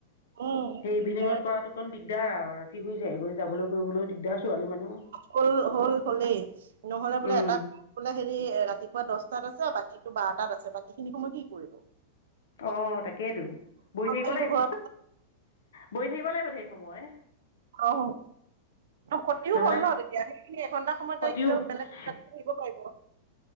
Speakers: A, on the right; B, on the left.
A: উম সেইটো
B: সেই
A: দিগদাৰ
B: ইভিনিঙত কৰাটো অকণ দিগদাৰ আৰু ৰাতি হৈ যায় গৈ যাবলৈ কৰিবলৈ দিগদাৰ ছোৱালী মানুহ
A: হ'ল হ'ল হ'লেই নহলে বোলে
B: উম,
A: এটা বলে। হেৰি ৰাতিপুৱা দহটাত আছে আৰু বাকী বাৰটাত আছে বাকী খিনি সময় কি কৰিব।
B: অঁ তাকেইেতো বহি থাকিব
A: সেইটো
B: লাগিব
A: ঘৰৰ
B: বহি থাকিব লাগিব থাক। সময়।
A: আঁহ। ক্ষতিওঁ
B: নহ'লে
A: হল ন। তেতিয়া সেইখিনি এঘন্টা সময়ত
B: ক্ষতিও
A: তাই কিবা
B: অ'
A: বেলেগ কিবা আহিব পাৰিব।